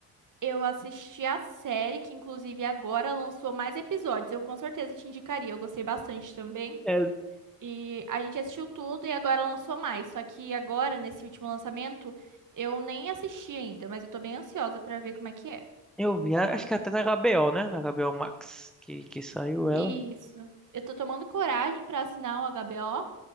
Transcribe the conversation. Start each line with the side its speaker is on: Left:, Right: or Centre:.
Right: Eu assisti a série que inclusive agora lançou mais episódios. Eu com certeza te indicaria. Eu gostei bastante também.
Centre: É,
Right: E a gente assistiu tudo e agora lançou mais. Só que agora nesse último lançamento eu nem assisti ainda, mas eu tô bem ansiosa pra ver como é que é.
Centre: eu vi, acho que até na HBO, né? Na HBO Max, que, que saiu ela.
Right: Isso. Eu tô tomando coragem pra assinar o HBO